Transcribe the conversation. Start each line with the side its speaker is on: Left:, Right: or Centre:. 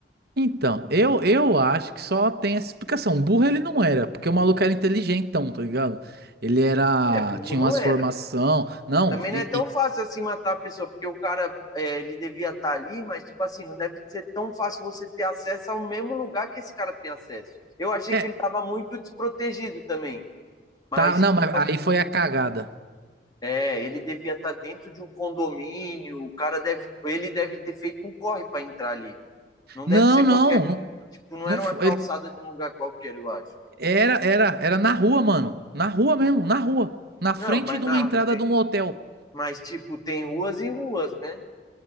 Right: então, eu, eu acho que só tem essa explicação. Um Burro ele não era, porque o maluco era inteligentão, tá ligado? Ele era,
Left: É, bobo
Right: tinha
Left: não
Right: umas
Left: era.
Right: formação, não,
Left: Também
Right: e,
Left: não é tão
Right: e-
Left: fácil assim matar a pessoa, porque o cara, é, ele devia estar ali, mas, tipo assim, não deve ser tão fácil você ter acesso ao mesmo lugar que esse cara tem acesso. Eu achei
Right: é,
Left: que ele estava muito desprotegido também, mas,
Right: tá, não,
Left: tipo
Right: mas
Left: assim,
Right: aí foi a cagada.
Left: é, ele devia estar dentro de um condomínio, o cara deve, ele deve ter feito um corre para entrar ali. Não deve
Right: Não,
Left: ser
Right: não,
Left: qualquer,
Right: não,
Left: tipo, não
Right: não
Left: era uma
Right: foi.
Left: calçada de um lugar qualquer, eu acho.
Right: Era, era, era na rua, mano. Na rua mesmo, na rua. Na
Left: Não,
Right: frente
Left: mas
Right: de
Left: na
Right: uma entrada
Left: rua tem,
Right: de um hotel.
Left: mas, tipo, tem ruas e ruas, né?